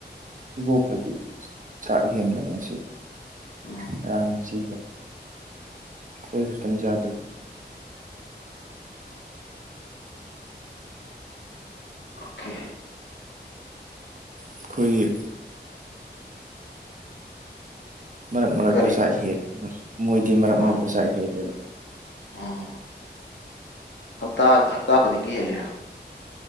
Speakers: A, on the right; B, on the left.
A: ꯏꯕꯣꯛꯇꯗꯤ ꯆꯥꯛ ꯍꯦꯟꯕꯅꯤ ꯑꯁꯤ
B: ꯎꯝ
A: ꯉꯔꯥꯡ ꯑꯁꯤ ꯀ ꯆꯠꯇꯔꯅꯤ ꯆꯗꯗ
B: <inaudible> ꯑꯣꯀꯦ
A: ꯑꯩꯈꯣꯏꯒꯤ ꯃꯔꯛ ꯃꯔꯛꯇ
B: ꯀꯔꯤ
A: ꯆꯥꯛ ꯍꯦꯜꯂꯦ ꯃꯣꯏꯗꯤ ꯃꯔꯛ
B: ꯑꯣ
A: ꯃꯔꯛꯇ ꯆꯥꯛ ꯍꯦꯜꯂꯦꯕ
B: ꯑꯣ ꯍꯞꯇꯥ ꯍꯞꯇꯥ ꯈꯨꯗꯤꯡꯒꯤ ꯍꯦꯜꯂꯤꯔꯥ